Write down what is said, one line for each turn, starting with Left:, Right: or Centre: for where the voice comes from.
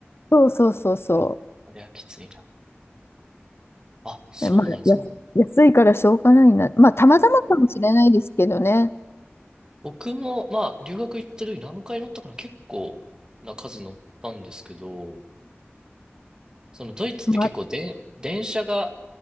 Left: そうそうそうそ
Right: うわこりゃきついな。あ、そうなんです。
Left: う。えまあ、安安いからしょうがないな。まあ、たまたまかもしれないですけどね。
Right: 僕も、まあ、留学行ってる時何回乗ったかな、結構な数乗ったんですけど、そのドイツって結構で、
Left: まあ、
Right: 電車が、